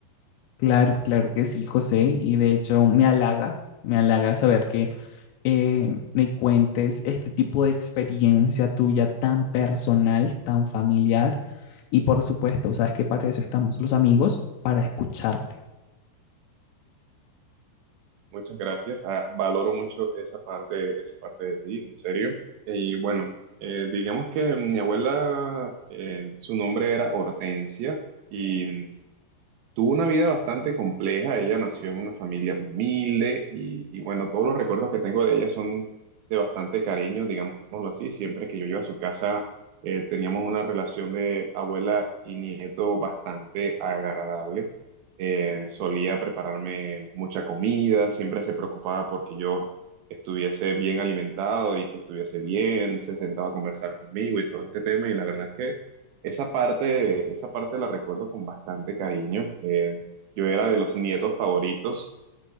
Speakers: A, on the left; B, on the right.
A: Claro, claro que sí, José, y de hecho me halaga, me halaga saber que eh, me cuentes este tipo de experiencia tuya tan personal, tan familiar, y por supuesto, sabes que para eso estamos los amigos, para escucharte.
B: Muchas gracias. Ah, valoro mucho esa parte, esa parte de ti, en serio. Eh, Y bueno, eh, digamos que mi abuela, eh, su nombre era Hortensia y Tuvo una vida bastante compleja, ella nació en una familia humilde y, y bueno, todos los recuerdos que tengo de ella son de bastante cariño, digámoslo así. Siempre que yo iba a su casa, eh, teníamos una relación de abuela y nieto bastante agradable. Eh, solía prepararme mucha comida, siempre se preocupaba porque yo estuviese bien alimentado y que estuviese bien, se sentaba a conversar conmigo y todo este tema y la verdad es que... Esa parte, esa parte la recuerdo con bastante cariño. Eh, yo era de los nietos favoritos.